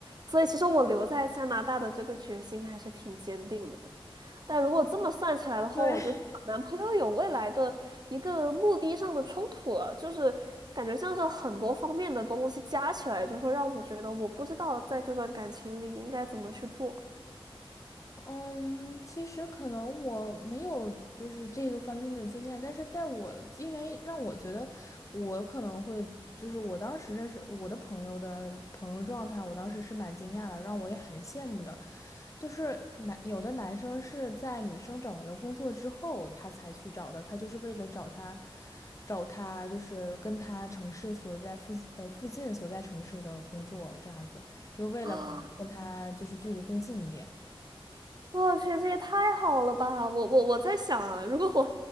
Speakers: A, on the right (about 45°); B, on the left (about 35°).
A: 所以其实我留在加拿大的这个决心还是挺坚定的。但如果这么算起来的话，
B: 对，
A: 我觉得我男朋友有未来的一个目的上的冲突了，
B: <laughs> 对
A: 就是感觉像是很多方面的东西加起来，就会让我觉得我不知道在这段感情里应该怎么去做。<gasps>
B: 嗯，其实可能我没有就是这个方面的经验，但是在我因为让我觉得我可能会就是我当时认识我的朋友的朋友状态，我当时是蛮惊讶的，让我也很羡慕的。就是男有的男生是在女生找完了工作之后，他才去找的，他就是为了找他找他就是跟他城市所在附呃附近所在城市的工作这样子，就是为了可能跟他就是距离更近一点。
A: 啊我去，这也太好了吧！我我我在想啊，如果我